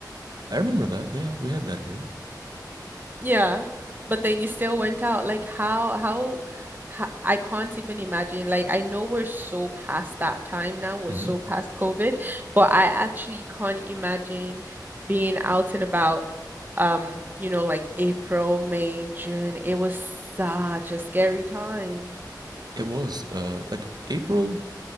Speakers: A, on the right; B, on the right.
A: I remember that. Yeah, we had that here.
B: Yeah, but then you still went out. Like how how, how I can't even imagine. Like I know we're so past that time now. We're
A: hmm
B: so past COVID, but I actually can't imagine being out and about. Um, you know, like April, May, June. It was such a scary time.
A: It was uh like April,